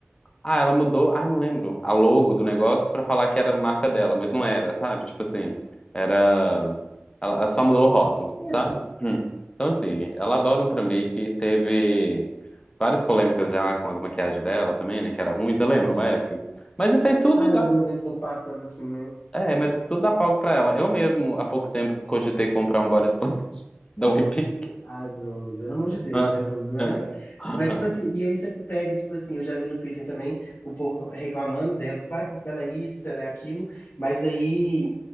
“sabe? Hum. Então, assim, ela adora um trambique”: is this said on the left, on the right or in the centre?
Left